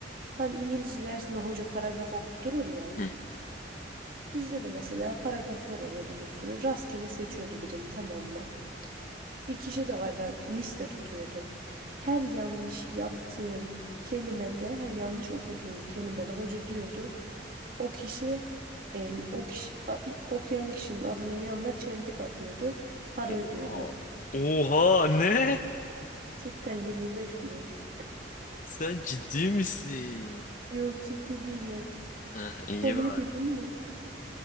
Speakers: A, on the right (about 50°); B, on the left (about 45°).
A: Hani İngilizce dersinde hoca paragraf okutturur ya.
B: hı,
A: Bizde de mesela paragraflar oluyordu bir sürü. Rastgele seçiyordu birini tamam mı? Bir kişi de vardı liste tutuyordu. Her yanlış yaptığın kelimede, her yanlış okuduğun kelimede hoca diyordu. O kişi el, o kişi a- okuyan kişinin adının yanına çentik atıyordu. Para
B: hı.
A: ödüyordu.
B: Oha. Oha ne?
A: Cidden 25 kuruş.
B: Sen ciddi misin?
A: Yok ciddi değilim.
B: Heh, iyi
A: Komedi
B: var.
A: değil mi?